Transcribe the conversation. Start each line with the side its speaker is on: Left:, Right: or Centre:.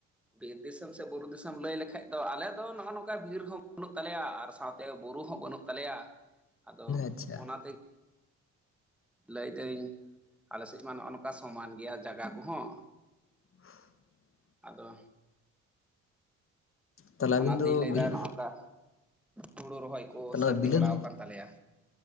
Centre: ᱵᱤᱨ ᱫᱤᱥᱚᱢ ᱥᱮ ᱵᱩᱨᱩ ᱫᱤᱥᱚᱢ, ᱞᱟᱹᱭ ᱞᱮᱠᱷᱟᱱᱡ ᱫᱚ ᱟᱞᱮ ᱫᱚ ᱱᱚᱜᱼᱚ ᱱᱚᱝᱠᱟ, ᱵᱤᱨ ᱦᱚᱸ ᱵᱟᱹᱱᱩᱜ ᱛᱟᱞᱮᱭᱟ ᱟᱨ ᱥᱟᱶᱛᱮ ᱵᱩᱨᱩ ᱦᱚᱸ ᱵᱟᱹᱱᱩᱜ ᱛᱟᱞᱮᱭᱟ, ᱟᱫᱚ‌
Left: ᱟᱪᱪᱷᱟ
Centre: ᱚᱱᱟ ᱞᱟᱹᱭᱫᱟᱹᱧ ᱟᱞᱮ ᱥᱮᱫ ᱢᱟ ᱱᱚᱜᱼᱚ ᱱᱚᱝᱠᱟ ᱥᱚᱢᱟᱱ ᱜᱮᱭᱟ᱾ ᱡᱟᱜᱟ ᱠᱚᱦᱚᱸ᱾
Left: <inaudible>
Centre: ᱟᱫᱚ
Left: ᱛᱟᱦᱚᱞᱮ ᱟᱹᱵᱤᱱ
Centre: ᱚᱱᱟᱛᱤᱧ
Left: ᱫᱚ
Centre: ᱞᱟᱹᱭᱮᱫᱟ
Left: ᱵᱤᱞ
Centre: ᱱᱚᱜᱝᱠᱟ ᱦᱩᱲᱩ ᱨᱚᱦᱚᱭ ᱠᱚ
Left: ᱛᱟᱦᱚᱞᱮ
Centre: ᱥᱟᱹᱨᱫᱤ
Left: ᱵᱤᱞᱟᱹᱛ
Centre: ᱵᱟᱲᱟ ᱟᱠᱟᱱ ᱛᱟᱞᱮᱭᱟ᱾